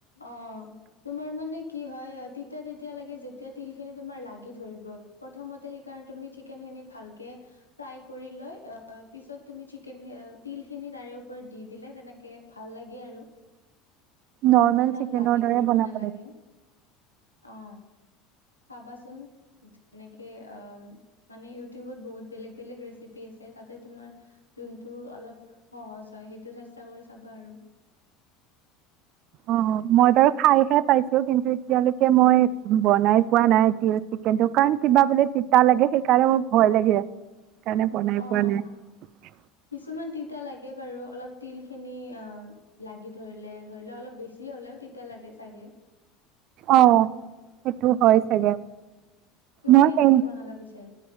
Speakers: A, on the left; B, on the right.
A: অ' তোমাৰ মানে কি হয় তিতা তেতিয়া লাগে, যেতিয়া তিলখিনি তোমাৰ লাগি ধৰিব । প্ৰথমতে সেইকাৰণে তুমি চিকেনখিনি ভালকে ফ্ৰাই কৰি লৈ, অ'- পিছত তুমি চিকেন- অ'- তিলখিনি তাৰে ওপৰত দি দিলে তেনেকে ভাল লাগে আৰু।
B: নৰ্মেল
A: ইমান
B: চিকেনৰ
A: লাগি
B: দৰে
A: ধৰিব
B: বনাব
A: নালাগে।
B: লাগে।
A: অ'। চাবাচোন এনেকে অ'- মানে ইটিউবত বহুত বেলেগ - বেলেগ ৰেচিপি আছে । তাতে তোমাৰ যোনটো অলপ সহজ হয়, সেইটো চেষ্টা কৰি চাবা আৰু।
B: অ' মই বাৰু খাইহে পাইছোঁ । কিন্তু এতিয়ালৈকে মই বনাই পোৱা নাই তিল চিকেনটো । কাৰণ কিবা বোলে তিতা লাগে । সেইকাৰণে মোৰ ভয় লাগে। সেইকাৰণে বনাই
A: অ
B: পোৱা নাই।
A: কিছুমান তিতা লাগে বাৰু । অলপ তিলখিনি অ' লাগি ধৰিলে । ধৰি লোৱা অলপ বেছি হলেও তিতা লাগে চাগে।
B: অ'। সেইটো হয়
A: উম
B: চাগে।
A: তুমি
B: মই
A: কেনেকে
B: সেই-
A: বনালা পিছে?